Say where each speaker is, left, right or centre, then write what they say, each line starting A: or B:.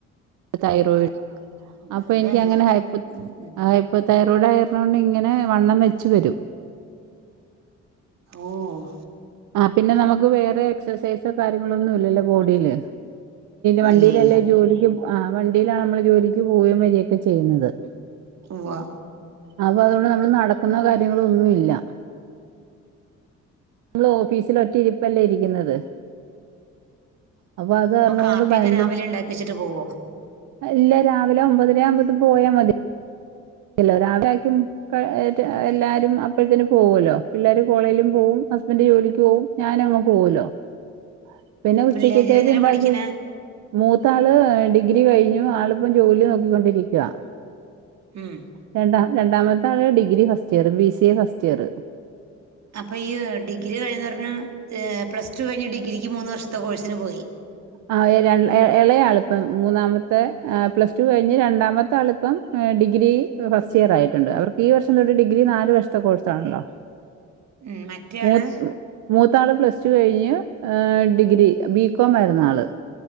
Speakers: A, on the right (about 80°); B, on the right (about 60°).
A: തൈറോയിഡ്
B: ആ, വെറുതെ
A: അപ്പൊ എനിക്കങ്ങനെ
B: അല്ല
A: ഹൈപ്പോ ഹൈപ്പോ
B: ഉം, ഉം.
A: ഹൈപ്പോ തൈറോയ്ഡ് ആയുന്നതു കൊണ്ട് ഇങ്ങനെ വണ്ണം വെച്ച് വരും
B: ഓഹ്
A: ആ പിന്നെ നമ്മുക്ക് വേറെ എക്സസൈസോ കാര്യങ്ങളോ ഒന്നും ഇല്ലല്ലോ ബോഡിയില് വണ്ടിയിലല്ലേ
B: ഇല്ല ഇല്ല
A: ജോലിക്ക് ആ വണ്ടിയിലാണ് നമ്മള് ജോലിക്ക് പോവുകയും വരികയും ഒക്കെചെയ്യുന്നത്
B: ഉവ്വാ
A: അപ്പൊ അതുകൊണ്ട് നമ്മള് നടക്കുന്ന കാര്യങ്ങളൊന്നും ഇല്ല നമ്മൾ ഓഫിസിൽ ഒറ്റ ഇരിപ്പല്ലേ ഇരിക്കുന്നത് അപ്പൊ അത് കാരണംകൊണ്ട്
B: കാപ്പിയൊക്കെ
A: ഭയങ്കര
B: രാവിലെ ഉണ്ടാക്കി വെച്ചിട്ട് പോവോ
A: ഇല്ല രാവിലെ ഒമ്പതര ആകുമ്പത്തേനും പോയാൽ മതി ഇല്ല രാവിലെ ആയിരിക്കും ഏ എല്ലാരും അപ്പഴത്തേന് പോവുമല്ലോ പിള്ളേരും കോളേജിലും പോവും ഹസ്ബൻഡ് ജോലിക്ക് പോവും ഞാൻ അങ്ങ് പോവല്ലോപിന്നെ ഉച്ചക്കത്തേക്ക്
B: പിള്ളേര് എന്തിനാ
A: ഉണ്ടാക്കി
B: പഠിക്കണേ
A: മൂത്താള് ഡിഗ്രി കഴിഞ്ഞു ആളിപ്പം ജോലി നോക്കിക്കൊണ്ടിരിക്കുവാ
B: ഉം
A: രണ്ടാ രണ്ടാമത്തെ ആൾ degree first year B C A first year
B: അപ്പം ഈ ഡിഗ്രി കഴിഞ്ഞന്ന് പറഞ്ഞാൽ പ്ലസ് ടു കഴിഞ്ഞ് ഡിഗ്രിക്ക് മൂന്ന് വർഷത്തെ കോഴ്സിന് പോയി
A: ആ ഇളയആളിപ്പം മൂന്നാമത്തെ പ്ലസ് ടു കഴിഞ്ഞ് രണ്ടാമത്തെ ആളിപ്പം ഡിഗ്രി ഫസ്റ്റ് ഇയർ ആയിട്ടുണ്ട് അവർക്ക് ഈ വർഷം തൊട്ട് ഡിഗ്രി നാല് വർഷത്തെ കോഴ്സ് ആണല്ലോ
B: ഉം മറ്റേയാള്
A: മൂത്ത മൂത്താള് പ്ലസ് ടു കഴിഞ്ഞ് ഡിഗ്രി ബി കോം ആയിരുന്ന് ആള്